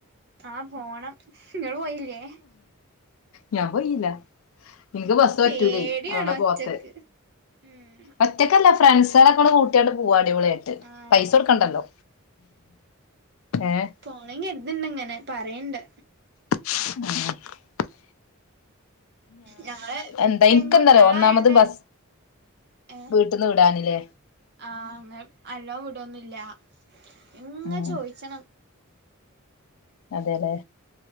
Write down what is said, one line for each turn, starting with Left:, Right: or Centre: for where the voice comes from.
Right: ആഹ് പോണം നിങ്ങള് പോയി ല്ലേ
Left: ഞാൻ പോയീല്ല ഇന്ക്ക് ബസ്സ് പറ്റൂലേ
Right: പേടിയാണ്
Left: അതോണ്ടാ
Right: ഒറ്റക്ക്
Left: പോവാത്തെ
Right: ഉം
Left: ഒറ്റക്കല്ല ഫ്രണ്ട്സുകളൊക്കണ്ട് കൂട്ടിയങ്ങട് പോവാ അടിപൊളിആയിട്ട്
Right: ആഹ്
Left: പൈസ കൊടുക്കണ്ടല്ലോ ഏഹ്
Right: പോണെങ്കര് ത്ണ്ട് ങ്ങനെ പറയ്ണ്ട്
Left: ആ
Right: ഞങ്ങള്
Left: എന്താ
Right: പെൺകുട്ടിയാളായോണ്ട്
Left: എനിക്കെന്താറിയോ ഒന്നാമത് ബസ്
Right: ഏ
Left: വീട്ടിന്ന് വിടാനില്ലേ
Right: ആ അങ്ങനെ നല്ലോം വിടൊന്നില്ല ഇങ്ങ
Left: ഉം
Right: ചോയ്ച്ചണം
Left: അതെല്ലേ